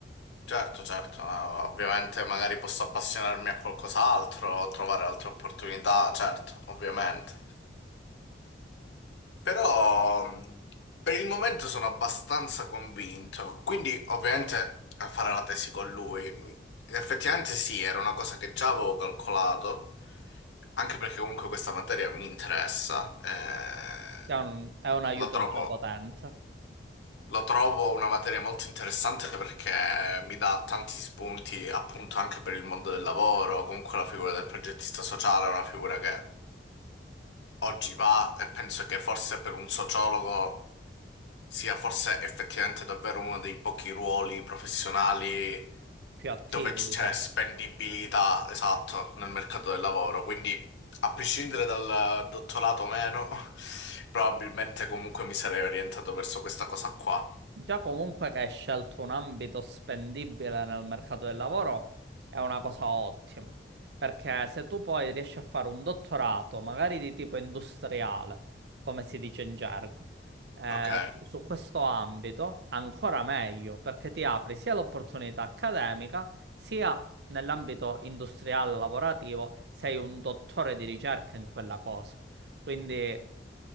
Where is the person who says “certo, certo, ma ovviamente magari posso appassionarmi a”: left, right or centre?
Left